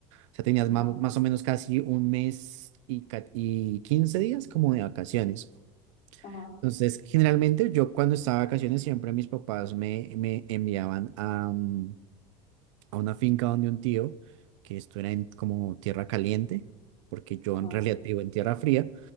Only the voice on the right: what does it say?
sea, tenías ma-
más, o menos casi un mes y, ca- y 15 días como de vacaciones.
Entonces, generalmente yo cuando estaba de vacaciones siempre mis papás me, me enviaban a, mm, a una finca donde un tío, que esto era en como tierra caliente, porque yo
en realidad vivo en tierra fría,